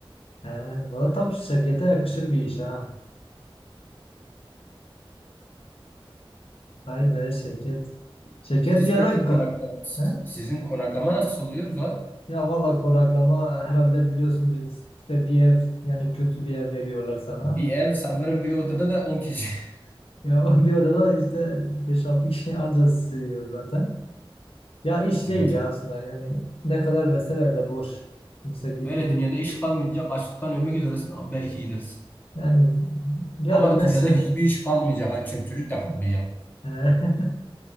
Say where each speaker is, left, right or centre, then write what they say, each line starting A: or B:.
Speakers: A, on the left; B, on the left.
A: He, valla tam şirkete yakışır bir iş ha. Vay be şirket. Şirket
B: Siz
A: bir
B: peki
A: ara ga-
B: konakla
A: He?
B: sizin konaklama nasıl oluyor Zuhat?
A: Ya valla konaklama herhalde biliyorsunuz işte bir ev yani kötü bir ev veriyorlar sana.
B: Bir ev sanırım bir odada da 10 kişi. <laughs>
A: Ya <laughs> o bir odada işte beş altı kişi ancak sığıyor zaten. Ya iş
B: Aga
A: değil ya
B: çok.
A: aslında yani ne kadar verseler de boş. Kimse gitmiyor.
B: Böyle dünyada iş kalmayacak. Açlıktan ölmek üzeresin. ama Belki gidersin.
A: Yani ya
B: Ama
A: ölmezsin.
B: dünyada hiçbir iş kalmayacak. ha, Çöpçülük de kalmayacak.
A: <laughs> He.